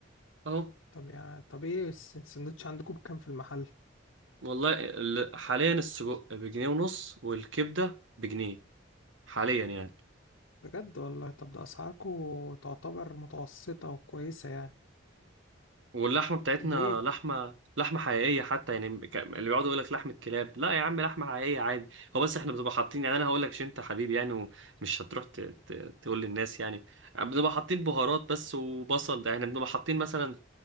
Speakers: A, on the right; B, on the left.
A: اهو
B: طب يعني طب ايه الس- السندوتش عندكم بكام في المحل
A: والله ال- حاليا السجق بجنيه ونص والكبدة بجنيه حاليا يعني
B: بجد والله طب ده اسعاركم تعتبر متوسطة وكويسة يعني
A: واللحمه بتاعتنا
B: طب وايه
A: لحمه لحمه حقيقيه حتى يعني ك- اللي بيقعدوا يقول لك لحمه كلاب لا يا عم لحمه حقيقيه عادي هو بس احنا بنبقى حاطين يعني انا هقول لك عشان انت حبيبي يعني ومش هتروح ت... ت... تقول للناس يعني بنبقى حاطين بهارات بس وبصل ده يعني بنبقى حاطين مثلا